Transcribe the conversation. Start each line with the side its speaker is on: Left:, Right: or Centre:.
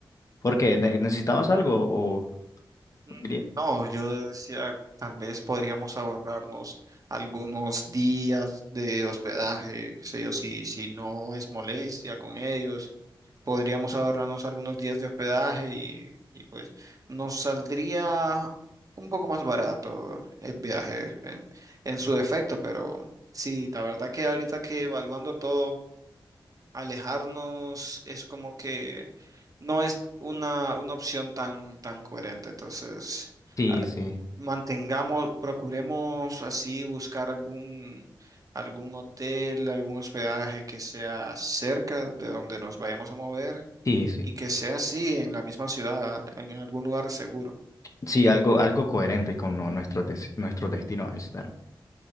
Left: ¿Por qué? ¿Ne- ¿Necesitabas algo? O...
Right: Mm,
Left: diría-
Right: No, yo decía, tal vez podríamos ahorrarnos algunos días de hospedaje, qué sé yo, si, si no es molestia con ellos. podríamos ahorrarnos algunos días de hospedaje y, y, pues nos saldría un poco más barato el viaje en, en su defecto, pero sí, la verdad que ahorita que evaluando todo, alejarnos es como que no es una, una opción tan, tan coherente, entonces
Left: Sí,
Right: ah,
Left: sí,
Right: mantengamos, procuremos así buscar algún... algún hotel, algún hospedaje que sea cerca de donde nos vayamos a mover
Left: sí, sí.
Right: y que sea así en la misma ciudad, en algún lugar seguro.
Left: Sí, algo, algo coherente con lo- nuestro, des- nuestro destino a visitar.